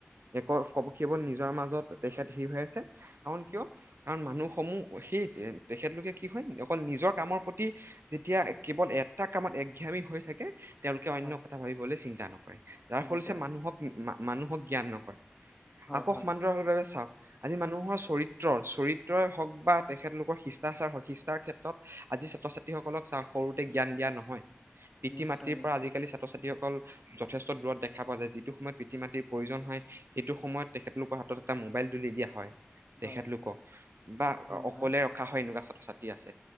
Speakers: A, on the right; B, in the centre.
A: একৰ কে কেৱল নিজৰ মাজত তেখেত হিৰ হৈ আছে। কাৰণ কিয়,
B: হয়
A: কাৰণ মানুহ সমূহ সেইটোৱেন তেখেতলোকে কি হয়, অকল নিজৰ কামৰ প্ৰতি যেতিয়া কেৱল এটা কামত একঘামী হৈ থাকে। তেওঁলোকে অন্য
B: হয়
A: কথা ভাবিবলৈ চিন্তা নক যাৰ ফলচে
B: নকৰে
A: মানুহক মানুহক জ্ঞান নকৰে।
B: হয়
A: আকৌ
B: হয়
A: সমান্তৰাল বাবে চাওক। আজি মানুহৰ চৰিত্ৰৰ চৰিত্ৰই হওক বা তেখেতলোকৰ শিষ্টাচাৰ হওক শিকষ্টাৰ ক্ষেত্ৰত ত আজি ছাত্ৰ-ছাত্ৰীসকলক সৰুতে জ্ঞান দিয়া নহয়। পিতৃ
B: নিশ্চয়
A: মাতৃৰ
B: নিশ্চয়
A: পৰা আজিকালি ছাত্ৰ ছাত্ৰীসকল যথেষ্ট দূৰত দেখা পোৱা যায়, যিটো সময়ত পিতৃ মাতৃৰ প্ৰয়োজন হয়, সেইটো সময়ত তেখেতলোকৰ হাতত এটা মোৱাইল তুলি দিয়া হয়। তেখেতলোকক
B: হয়
A: বা
B: হয়
A: অকলে
B: হয়
A: ৰখা হয় এনেকুৱা ছাতি আছে।